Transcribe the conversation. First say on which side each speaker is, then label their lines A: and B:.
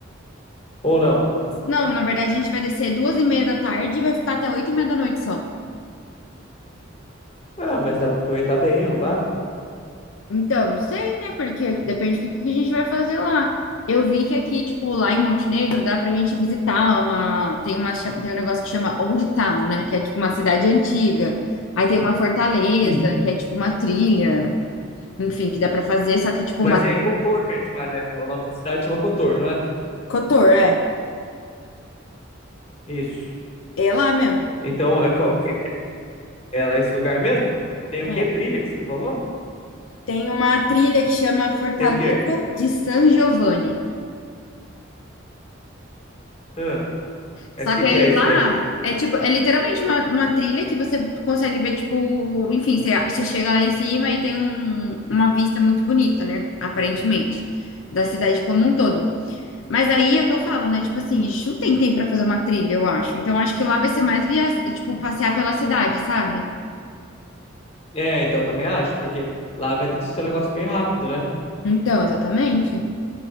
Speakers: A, on the left (about 30°); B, on the left (about 80°).
A: Ou não?
B: Não, na verdade, a gente vai descer duas e meia da tarde e vai ficar até oito e meia da noite só.
A: Ah, mas dá para aproveitar bem, não dá?
B: Então, não sei, né? Porque depende do que, que a gente vai fazer lá. Eu vi que aqui, tipo, lá em Montenegro, dá pra gente visitar uma... Tem uma... cha- Tem um negócio que chama Old Town, né? Que é, tipo, uma cidade antiga. Aí tem uma fortaleza,
A: Hum.
B: que é, tipo, uma trilha. Enfim, que dá pra fazer, só que, tipo,
A: Mas
B: uma...
A: é em Cotor que a gente vai, né? O nome da cidade chama Cotor, não é?
B: Cotor, é.
A: Isso.
B: É lá mesmo.
A: Então, é qual que- é É esse lugar mesmo? Tem o
B: É.
A: quê? Trilha que você falou?
B: Tem uma trilha que chama Fortaleza
A: Tem o quê?
B: de San Giovanni.
A: Ah,
B: Só
A: essa que
B: que aí
A: que é
B: lá
A: isso daí?
B: é tipo, é literalmente uma, uma trilha que você consegue ver, tipo, enfim, você, você chega lá em cima e tem um- uma vista muito bonita, né? Aparentemente, da cidade como um todo. Mas aí é o que eu falo, né? Tipo assim, chutem tem tempo pra fazer uma trilha, eu acho. Então acho que lá vai ser mais via, tipo, passear pela cidade, sabe?
A: É, então também acho, porque lá vai ter que ser um negócio meio rápido, né?
B: Então, exatamente.